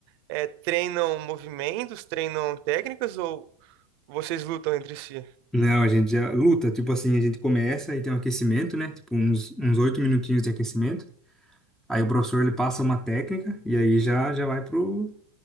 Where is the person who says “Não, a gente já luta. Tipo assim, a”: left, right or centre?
Centre